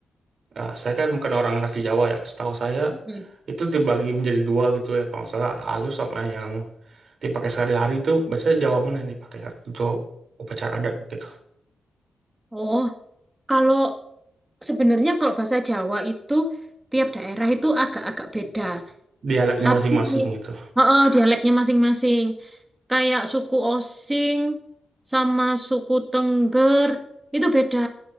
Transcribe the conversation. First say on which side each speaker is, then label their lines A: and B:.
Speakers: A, on the right; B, on the right.
A: Nah, saya kan bukan orang asli Jawa ya. Setahu saya
B: Mm.
A: itu dibagi menjadi dua gitu ya. Kalau nggak salah halus sama yang dipakai sehari-hari itu biasanya Jawa mana yang dipakai untuk upacara adat gitu.
B: Oh, kalau sebenarnya kalau bahasa Jawa itu tiap daerah itu agak-agak beda.
A: Dialeknya
B: Tapi
A: masing-masing gitu.
B: heeh, dialeknya masing-masing. Kayak suku Osing sama suku Tengger itu beda.